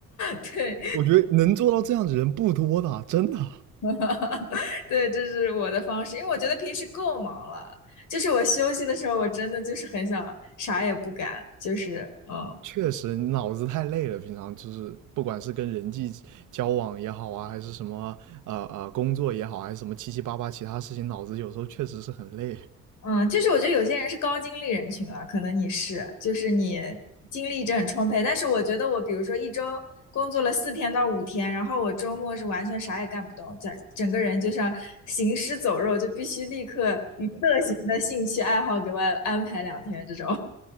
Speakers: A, on the left (about 80°); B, on the right (about 80°).
A: 对。
B: 我觉得能做到这样的人不多的啊，真的啊。
A: <laughs> 对，这是我的方式，因为我觉得平时够忙了，就是我休息的时候，我真的就是很想啥也不干，就是嗯
B: 确实脑子太累了，平常就是不管是跟人际交往也好啊，还是什么呃呃工作也好，还是什么七七八八其他事情，脑子有时候确实是很累。
A: 嗯，就是我觉得有些人是高精力人群了，可能你是，就是你精力一直很充沛，但是我觉得我比如说一周工作了四天到五天，然后我周末是完全啥也干不动，整整个人就像行尸走肉，就必须立刻娱乐型的兴趣爱好给我安排两天这种，